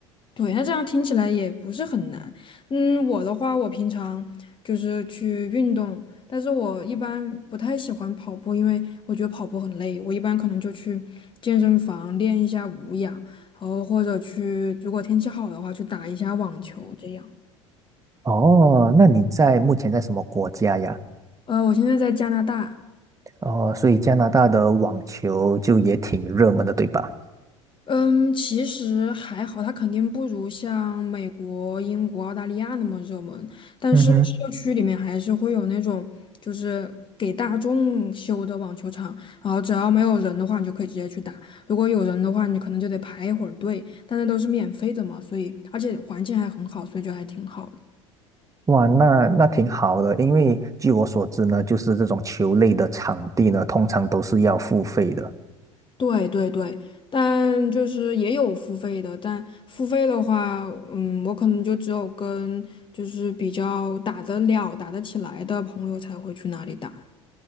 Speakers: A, on the left; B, on the right.
A: 对，那这样听起来也不是很难。嗯，我的话，我平常就是去运动，但是我一般不太喜欢跑步，因为我觉得跑步很累。我一般可能就去健身房练一下无氧，然后或者去，如果天气好的话，去打一下网球这样。
B: 哦，那你在目前在什么国家呀？
A: 呃，我现在在加拿大。
B: 哦，所以加拿大的网球就也挺热门的，对吧？
A: 嗯，其实还好，它肯定不如像美国、英国、澳大利亚那么热门，但是社区里面还是会有那种就是给大众修的网球场，
B: 嗯哼，
A: 然后只要没有人的话，你就可以直接去打；如果有人的话，你可能就得排一会儿队，但那都是免费的嘛，所以而且环境还很好，所以就还挺好的。
B: 哇，那那挺好的，因为据我所知呢，就是这种球类的场地呢，通常都是要付费的。
A: 对对对，但就是也有付费的，但付费的话，嗯，我可能就只有跟就是比较打得了、打得起来的朋友才会去那里打。